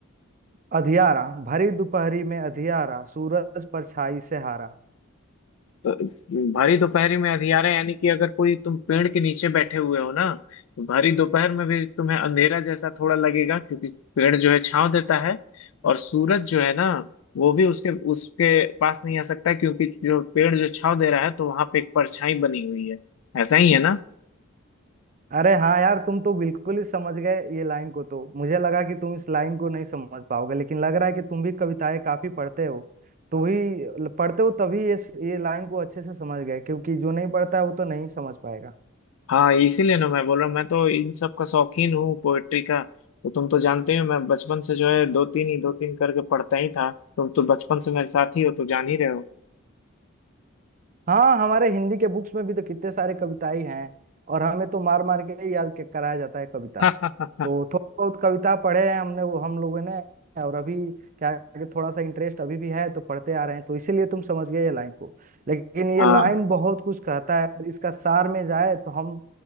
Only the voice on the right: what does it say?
अधियारा भरी दोपहरी में अधियारा सूरज परछाई से हारा
अरे हाँ यार तुम तो बिल्कुल ही समझ गए ये लाइन को तो मुझे लगा कि तुम इस लाइन को नहीं समझ पाओगे लेकिन लग रहा है कि तुम भी कविताएं काफी पढ़ते हो तो ही पढ़ते हो तभी ये ये लाइन को अच्छे से समझ गए क्योंकि जो नहीं पढ़ता है वो तो नहीं समझ पाएगा
हाँ हमारे हिंदी के बुक्स में भी तो कितने सारे कविताएं हैं और हमें तो मार मार के ही याद के- कराया जाता है कविता
तो थोड़ी बहुत कविता पढ़े हैं हमने वो हम लोगों ने और अभी क्या है कि थोड़ा सा इंटरेस्ट अभी भी है तो पढ़ते आ रहे हैं तो इसीलिए तुम समझ गए ये लाइन को लेकिन ये
लाइन बहुत कुछ कहता है अगर इसका सार में जाए तो हम